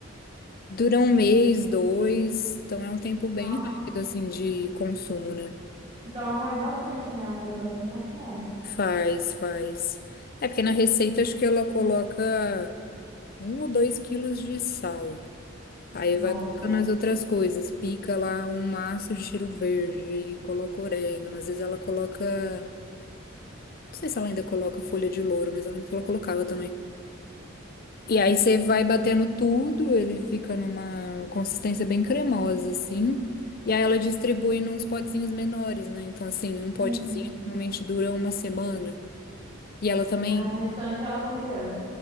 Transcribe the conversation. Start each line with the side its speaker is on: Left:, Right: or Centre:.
Left: dura um mês, dois, então é um tempo bem
Right: Ah,
Left: rápido, assim, de consumo, né?
Right: então ela faz bastante, né? Ela faz bastante quantidade.
Left: Faz, faz. É porque na receita acho que ela coloca um ou dois quilos de sal. Aí
Right: Nossa.
Left: vai colocando as outras coisas, pica lá um maço de cheiro verde e coloca orégano. Às vezes ela coloca, não sei se ela ainda coloca folha de louro, mas eu lembro que ela colocava também. E aí você vai batendo tudo, ele fica numa consistência bem cremosa, assim. E aí ela distribui nos potezinhos menores, né? Então, assim, um potezinho
Right: Uhum.
Left: normalmente dura uma semana. E ela também.
Right: Então o restante ela congela.